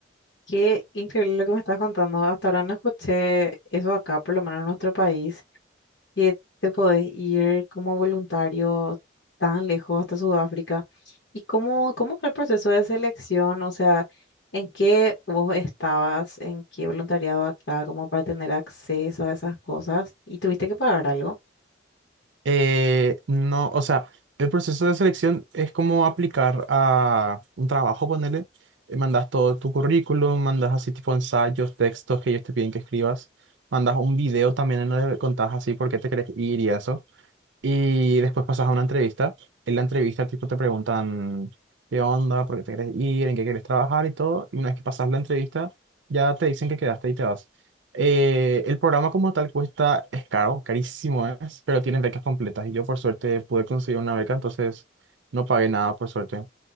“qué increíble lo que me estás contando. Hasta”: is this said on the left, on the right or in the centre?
Left